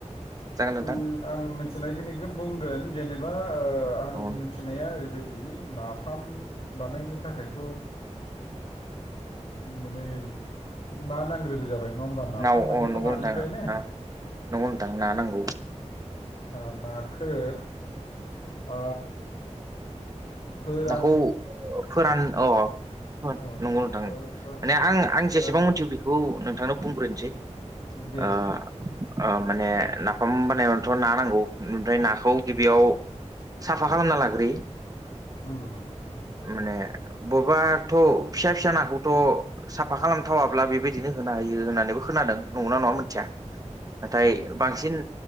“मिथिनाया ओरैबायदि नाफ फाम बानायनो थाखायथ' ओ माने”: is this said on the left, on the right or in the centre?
Left